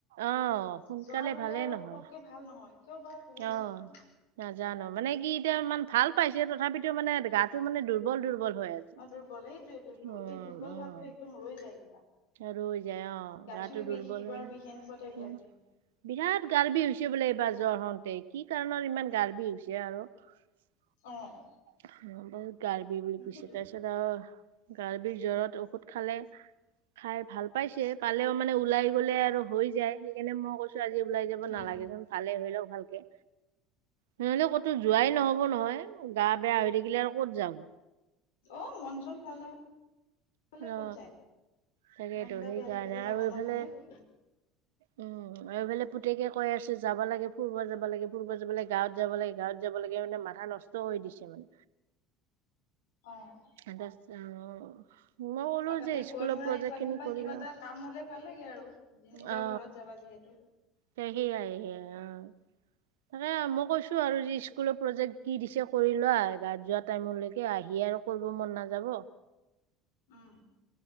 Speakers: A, on the right; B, on the left.
A: অ', সোনকালে
B: জ্বৰ হলে
A: ভালেই
B: আৰু
A: নহয়।
B: পতককে ভাল নহয়। কিয় বা ক'ব নোৱাৰো
A: অ
B: মানে।
A: নাজানো মানে কি এতিয়া ইমান ভাল পাইছে তথাপিতো মানে গাটো মানে দুৰ্ বল দুৰ্বল হৈ আছে
B: অ দুৰ্বল এইটোয়েটো
A: উম
B: এই দুৰ্বল
A: উম
B: ভাৱটো একদম ৰৈ যায় কিবা
A: ৰৈ যায় অ
B: গাঁঠিৰ
A: গাটো
B: বিষ
A: দুৰ্বল
B: কিবাৰ
A: হৈ যায়
B: বিষ এনেকুৱা টাইপ লাগে
A: উম বিৰাট গাৰ্বি হৈছে বোলে এইবাৰ জ্বৰ হওঁতে কি কাৰণৰ ইমান গাৰ্বি হৈছে আৰু <unintelligible>
B: অ'
A: অ', বহুত গাৰ বিষ বুলি
B: তাকেইতো।
A: কৈছে তাৰপিছত আৰু গাৰ বিষ জ্বৰত ঔষধ খালে খাই ভাল পাইছে পালেও মানে ওলাই গলে আৰু হৈ যায় সেইকাৰণে মই কৈছো তই আজি ওলাই যাব
B: উম
A: নালাগেচোন ভালে হৈ লওক ভালকেও নুশুনে কথ কতো যোৱাই নহব নহয় গা বেয়া হৈ থাকিলে আৰু ক'ত যাব।
B: অ', মন চন ভাল নহ হলে
A: অ
B: ক'ত যায়।
A: তাকেইতো
B: মন গা
A: সেইকাৰণে
B: বেয়া থাকিলে যাব
A: আৰু এইফালে
B: মন নাযায় কতো
A: উম, এইফালে পুতেকে কৈ আছে যাবা লাগে ফুৰিব যাবা লাগে ফুৰিব যাবা লাগে গাঁৱত যাব লাগে গাঁৱত যাব লাগে মানে মাথা নষ্ট কই দিছে মানে।
B: অ'
A: <unintelligible>
B: আৰু তাতে
A: যে স্কুলৰ
B: গৈ ধৰা
A: প্ৰজেক্ট
B: ইফাল
A: খিনি
B: সিফাল
A: কৰি
B: কিবা
A: ল
B: এটা কাম হলে ভাল লাগে আৰু নিজৰ
A: অ
B: ঘৰত যাবা যিহেতু
A: সেইয়াই সেয়াই অ তাকে মই কৈছো আৰু যি স্কুলৰ প্ৰজেক্ট কি দিছে কৰি লোৱা গাৱত যোৱা টাইমলৈকে এ আহি আৰু কৰিব মন নাযাব।
B: উম